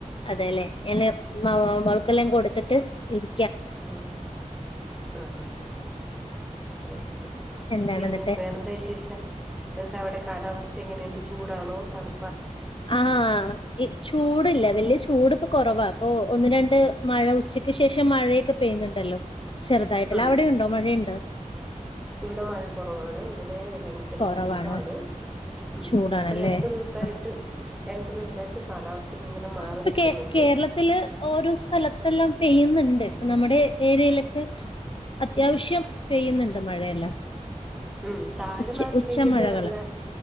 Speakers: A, on the left; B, in the centre.
A: അതെല്ലേ എല്ലാ മോ മ്മോൾക്കെല്ലാം കൊടുത്തിട്ട് ഇരി
B: ഉം ആഹ് ആഹ് ആ അയ്ശരി
A: എന്താണ്
B: പിന്നെ
A: എന്നിട്ട്
B: വേറെന്താ വിശേഷം? എന്താ അവിടെ കാലാവസ്ഥ എങ്ങനെയുണ്ട് ചൂ ചൂടാണോ തണു
A: ആഹ് ഈ ചൂടില്ലേ വലിയ ചൂടിപ്പോ കുറവാ അപ്പൊ ഒന്ന് രണ്ട് മഴ ഉച്ചക്ക് ശേഷം മഴയൊക്കെ പെയ്യുന്നുണ്ടല്ലോ ചെറുതായിട്ടല്ല
B: ഉം
A: അവിടെയുണ്ടോ മഴയുണ്ടോ
B: ഇവിടെ മഴ കുറവാണ് ഇവി ഏ ഭയങ്കര
A: കുറവാണോ
B: ചൂടാണ് ഉം
A: ചൂടാണല്ലേ
B: ഇപ്പോ രണ്ട് ദിവസായിട്ട്
A: ആ
B: രണ്ട് ദിവസ <unintelligible> കാലാവസ്ഥ ഇങ്ങനെ മാറി
A: ഇപ്പൊ
B: നിക്കുന്നുണ്ട്
A: കേര കേരളത്തില് ഓരോ സ്ഥലത്തെല്ലാം പെയ്യുന്നുണ്ട് ഇപ്പ നമ്മുടെ ഏ ഏരിയയിലൊക്കെ അത്യാവശ്യം പെയ്യുന്നുണ്ട് മഴയെല്ലാം
B: ഉം താഴ്നാട്ടിലേക്കൊക്കെ
A: ഉച്ച ഉച്ചമഴകള്
B: നല്ല